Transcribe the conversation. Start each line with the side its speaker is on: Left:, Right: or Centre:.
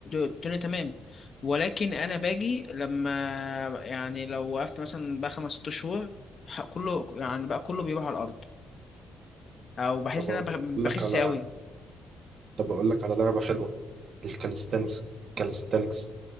Left: الدنيا تمام ولكن انا باجي لما يعني لو وقفت مثلا بقى خمس ست شهور ح- كله يعني بقى كله بيروح على الارض او بحس
Right: طب
Left: ان
Right: اقول
Left: انا بخ- بخس
Right: لك على
Left: قوي
Right: طب اقول لك على لعبه حلوه الكاليستانكس الكاليستانكس